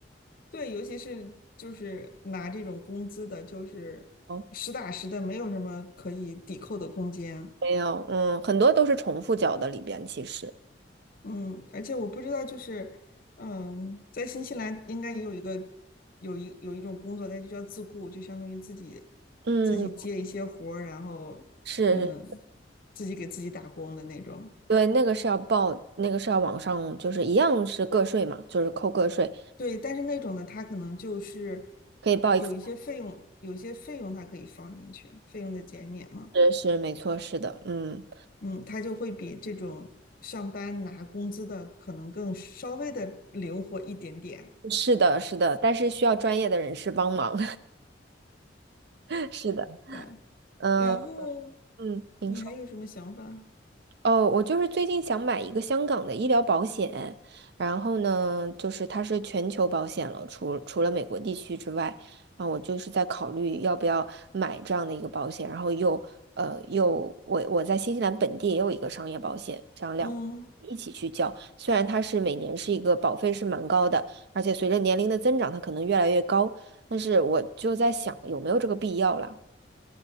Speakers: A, on the left; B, on the right.
A: 对，尤其是就是拿这种工资的，就是实打实的，
B: 哦，
A: 没有什么可以抵扣的空间。
B: 没有，嗯，很多都是重复缴的里边，其实，
A: 嗯，而且我不知道，就是，嗯，在新西兰应该也有一个有一有一种工作，它就叫自雇，就相当于自己
B: 嗯，
A: 自己接一些活儿，然后嗯，
B: 是，是
A: 自己给自己打工的那种。
B: 对，那个是要报，那个是要往上，就是一样是个税嘛，就是扣个税，
A: 对，但是那种的，他可能就是
B: 可以报一，
A: 有一些费用，
B: x
A: 有一些费用它可以放进去，费用的减免嘛。
B: 是没错，是的，嗯，
A: 嗯，他就会比这种上班拿工资的可能更稍微的灵活一点点。
B: 是的，是的，但是需要专业的人士帮忙，<laughs> 是的，
A: 对，
B: 嗯
A: 然后
B: 嗯，您说。
A: 你还有什么想法？
B: 哦，我就是最近想买一个香港的医疗保险，然后呢，就是它是全球保险了，除除了美国地区之外，啊，我就是在考虑要不要买这样的一个保险，然后又呃又我我在新西兰本地也有一个商业保险，这样两一起去交，
A: 嗯，
B: 虽然它是每年是一个保费是蛮高的，而且随着年龄的增长，它可能越来越高，但是我就在想有没有这个必要了，